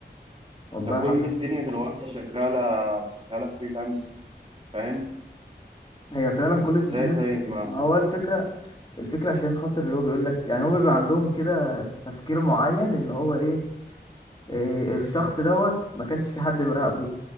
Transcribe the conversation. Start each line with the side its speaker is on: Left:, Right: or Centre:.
Left: والله
Right: ده كل
Left: حصل
Right: الدنيا دلوقتي شغالة شغالة فريلانس فاهم
Left: هي فعلا
Right: ازاي
Left: كل الناس
Right: طيب ما
Left: ما هو الفكرة الفكرة عشان خاطر هو بيقول لك يعني هو بيبقى عندهم كده تفكير معين ان هو ايه إيه، الشخص دوت ما كانش في حد مراقبه